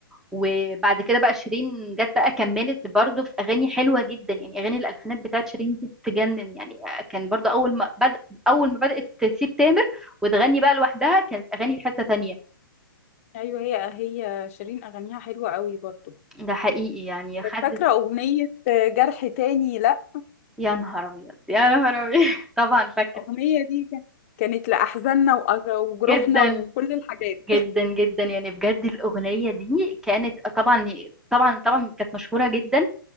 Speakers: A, in the centre; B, on the left.
A: وبعد كده بقى شيرين جت بقى كملت برضو في اغاني حلوه جدا يعني اغاني الالفينات بتاعت شيرين دي تجنن يعني كان برضو اول ما بد... اول ما بدات تسيب تامر وتغني بقى لوحدها كانت اغاني في حته تانية
B: ايوه هي هي شيرين اغانيها حلوه قوي برضو
A: ده حقيقي يعني خدت
B: فاكره اغنيه جرح تاني لا
A: يا نهار ابيض يا نهار ابيض <laughs> طبعا فاكر
B: الاغنيه دي كان- كانت لاحزاننا وأج- وجروحنا
A: جدا
B: وكل الحاجات
A: جدا جدا يعني بجد الاغنيه دي كانت طبعا طبعا طبعا كانت مشهوره جدا